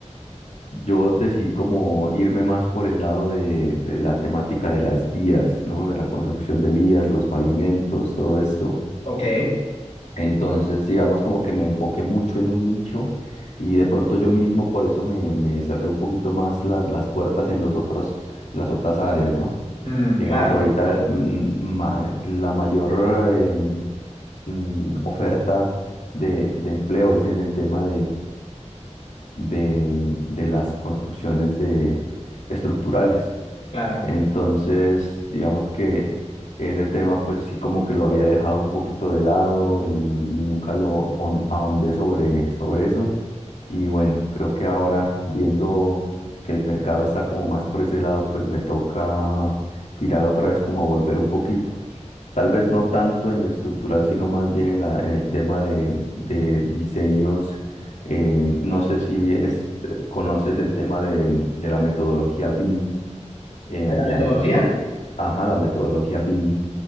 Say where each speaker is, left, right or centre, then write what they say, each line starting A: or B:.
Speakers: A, on the left; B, on the left.
A: yo decidí como irme más por el lado de, de la temática de las vías, ¿no? De la construcción de vías, los pavimentos, todo esto.
B: Ok,
A: Entonces, digamos como que me enfoqué mucho en un nicho y de pronto yo mismo por eso me, me cerré un poquito más las, las puertas en los otros, las otras áreas, ¿no?
B: Mm,
A: Digamos
B: claro,
A: ahorita mm, ma- la mayor eh, mm, oferta de, de empleo es en el tema de, de las construcciones de, estructurales.
B: claro.
A: Entonces, digamos que ese tema, pues sí como que lo había dejado un poquito de lado y, y nunca lo hon- ahondé sobre, sobre eso. Y bueno, creo que ahora viendo que el mercado está como más por ese lado, pues me toca tirar otra vez como a volver un poquito. Tal vez no tanto en lo estructural, sino más bien en la, en el tema de, de diseños. Eh, no sé si es, conoces el tema de, de la metodología BIM eh,
B: ¿De
A: allá
B: la metodología?
A: en... eh, ajá, la metodología BIM